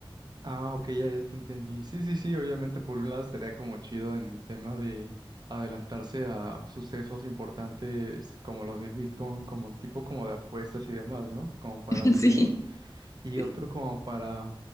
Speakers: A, on the right; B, on the left.
A: Ah, ok, ya, ya te entendí. Sí, sí, sí, obviamente por un lado estaría como chido en el tema de adelantarse a sucesos importantes como los del Bitcoin, como tipo como de apuestas y demás, ¿no? Como para
B: <laughs>
A: dinero.
B: Sí.
A: Y
B: sí.
A: otro como para